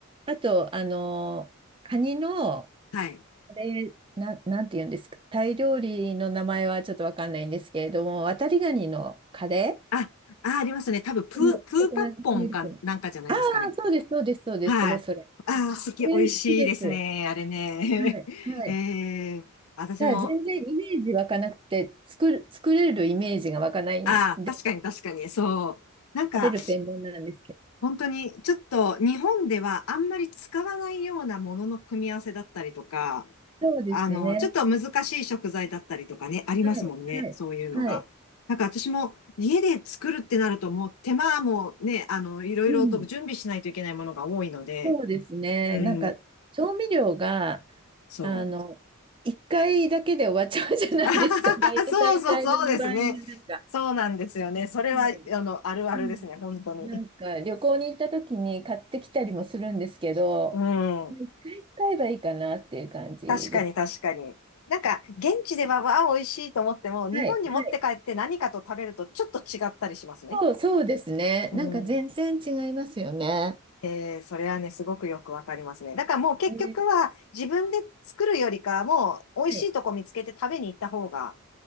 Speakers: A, on the right (about 25°); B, on the left (about 80°).
A: あと、あの、カニの、
B: はい。
A: あれ、な、なんて言うんですか、タイ料理の名前はちょっとわかんないんですけれども、渡りガニのカレー
B: あ、あ、ありますね。多分、プー、
A: あのココナッツミルクの。
B: プーパッポンかなんかじゃないですかね。
A: ああ、そうです、そうです、そうです、
B: はい。
A: それそれ。
B: あー、好き、
A: えー、
B: 美味しいですね。
A: 好きです。
B: あれね。
A: はい、
B: <laughs>
A: はい。
B: えー、私も、
A: ただ全然イメージ湧かなくて、作る、作れるイメージが湧かないんで、
B: ああ確かに確かに、そう。なんか、
A: 食べる専門なんですけ
B: 本当に、ちょっと、日本ではあんまり使わないようなものの組み合わせだったりとか、
A: ど。そうですね。
B: あの、ちょっと難しい食材だったりとかね、ありますもんね。
A: はい、はい、
B: そういうのが。
A: はい。
B: なんか私も家で作るってなるともう手間もね、あの、いろいろと準備しないといけないものが多いので、
A: うん。そうですね。
B: うん、
A: なんか、調味料が、
B: そう。
A: あの、一回だけで終わっちゃうじゃないですかね。
B: <laughs> あはははそうそうそうですね。
A: <laughs> 大大体の場合がなんか、
B: そうなんですよね。それは、
A: そう
B: あの、あるあるですね、
A: うん、
B: 本当に。
A: なんか、旅行に行った時に買ってきたりもするんですけど、
B: うん。
A: 一回使えばいいかなっていう感じです。
B: 確かに確かに。なんか、現地では、わあ、美味しいと思っても、日本に持って帰って何かと食べるとちょっと違ったりしますね。
A: はい、はい。そう、そうですね。
B: うん。
A: なんか全然違いますよね。
B: ええ、それはね、すごくよくわかりますね。だからもう結局は自分で作るよりかはもう美味しいとこ見つけて食べに行った方が
A: えーはい。